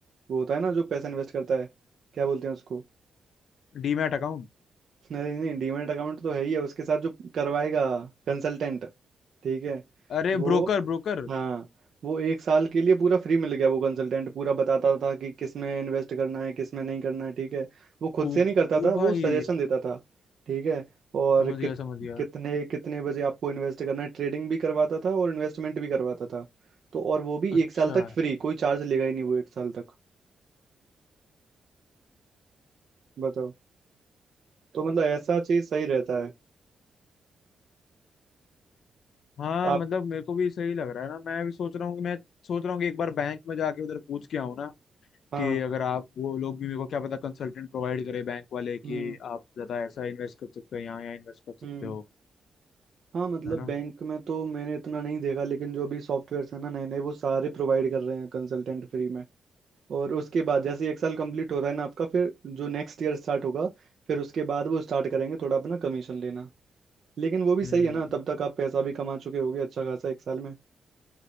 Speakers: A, on the right; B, on the left.
A: वो होता है ना जो पैसा इन्वेस्ट करता है क्या बोलते हैं उसको
B: Demat account
A: नहीं नहीं डीमैट अकाउंट तो है ही है उसके साथ जो करवाएगा कंसल्टेंट ठीक है
B: अरे
A: वो
B: ब्रोकर ब्रोकर
A: हाँ वो एक साल के लिए पूरा फ्री मिल गया वो कंसल्टेंट पूरा बताता था कि किस में इन्वेस्ट करना है किस में नहीं करना है ठीक है वो खुद
B: ओ,
A: से नहीं करता
B: ओ
A: था
B: भाई
A: वो सजेशन देता था ठीक है और
B: समझ
A: कित
B: गया समझ गया
A: कितने कितने बजे आपको इन्वेस्ट करना है ट्रेडिंग भी करवाता था और इन्वेस्टमेंट भी करवाता था तो और वो भी
B: अच्छा
A: एक साल तक फ्री कोई चार्ज लेगा ही नहीं वो एक साल तक बताओ तो मतलब ऐसा चीज सही रहता है
B: हाँ
A: आप
B: मतलब मेरे को भी सही लग रहा है ना मैं भी सोच रहा हूँ कि मैं सोच रहा हूँ कि एक बार बैंक में जाके उधर पूछ के आऊँ ना
A: हाँ
B: कि अगर आप वो लोग भी मेरे को क्या पता कंसल्टेंट प्रोवाइड करे बैंक वाले कि
A: हम्म
B: आप ज्यादा ऐसा इन्वेस्ट कर सकते हो यहाँ यहाँ इन्वेस्ट कर सकते
A: हम्म
B: हो
A: हाँ मतलब
B: है ना
A: बैंक में तो मैंने इतना नहीं देखा लेकिन जो भी सॉफ्टवेयर्स हैं ना नए नए वो सारे प्रोवाइड कर रहे हैं कंसल्टेंट फ्री में और उसके बाद जैसे एक साल कंप्लीट हो रहा है ना आपका फिर जो नेक्स्ट ईयर स्टार्ट होगा फिर उसके बाद वो स्टार्ट करेंगे थोड़ा अपना कमीशन लेना लेकिन वो भी
B: हम्म
A: सही है ना तब तक आप पैसा भी कमा चुके होगे अच्छा खासा एक साल में